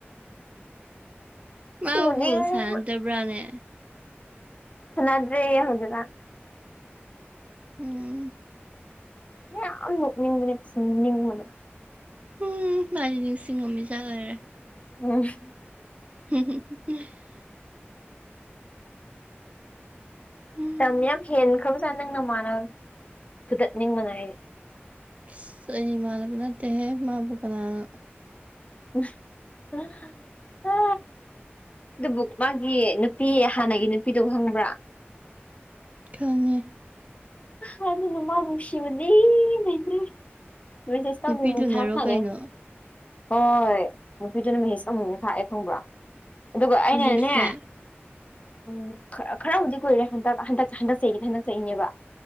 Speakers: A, on the right (about 30°); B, on the left (about 30°).
A: ꯃꯥ
B: ꯐꯨꯅꯤꯡꯕꯅ
A: ꯕꯣꯜ ꯁꯥꯟꯅꯗꯕ꯭ꯔꯥꯅꯦ꯫
B: ꯁꯥꯟꯅꯗ꯭ꯔꯦꯌꯦ ꯍꯧꯖꯤꯛꯀꯥꯟ꯫
A: ꯎꯝ꯫
B: ꯌꯥꯝ ꯅꯣꯛꯅꯤꯡꯕꯅꯦ ꯐꯨꯅꯤꯡꯕꯅ꯫
A: ꯎꯝ ꯃꯥꯗꯤ ꯅꯤꯡꯁꯤꯡꯉꯝꯃꯤꯖꯥꯠ ꯑꯣꯏꯔꯦ꯫
B: ꯎꯝ꫰꫰
A: <unintelligible> ꯎꯝ
B: ꯇꯝ ꯌꯥꯝ ꯍꯦꯟꯈ꯭ꯔꯕꯖꯥꯠ ꯅꯪ ꯅꯃꯥꯟꯅꯕ ꯐꯨꯗꯠꯅꯤꯡꯕꯅ ꯑꯩ꯫
A: ꯢꯁ ꯑꯩ ꯏꯃꯥꯟꯅꯕ ꯅꯠꯇꯦꯍꯦ ꯃꯥꯕꯨ ꯀꯅꯥꯅ
B: <unintelligible> ꯑ ꯗꯨꯕꯨꯛ ꯃꯥꯒꯤ ꯅꯨꯄꯤ ꯍꯥꯟꯅꯒꯤ ꯅꯨꯄꯤꯗꯣ ꯈꯪꯕ꯭ꯔꯥ
A: ꯈꯪꯉꯦ
B: ꯑ ꯑꯗꯨꯅ ꯃꯥꯕꯨ ꯅꯨꯡꯁꯤꯕꯗꯤ ꯂꯩꯇ꯭ꯔꯦ ꯃꯦꯁꯦꯁꯇ
A: ꯅꯨꯄꯤꯗꯨꯅꯔꯣ
B: ꯑꯃꯨꯛ ꯃꯨꯛ ꯊꯥꯕ ꯁꯥꯟꯅꯩ
A: ꯀꯩꯅꯣ
B: ꯍꯣꯏ ꯅꯨꯄꯤꯗꯨꯅ ꯃꯦꯁꯦꯁ ꯑꯃꯨꯃꯨꯛ ꯊꯥꯔꯛꯑꯦ ꯈꯪꯕ꯭ꯔꯣ ꯑꯗꯨꯒ ꯑꯩꯅꯅꯦ
A: ꯍꯧꯖꯤꯛꯁꯦ
B: ꯎꯝ ꯈ ꯈꯔꯕꯨꯗꯤ ꯀꯨꯏꯔꯦ ꯍꯟꯗꯛ ꯍꯟꯗꯛ ꯍꯟꯗꯛꯆꯍꯤꯒꯤꯗꯤ ꯍꯟꯗꯛ ꯆꯍꯤꯒꯤꯅꯦꯕ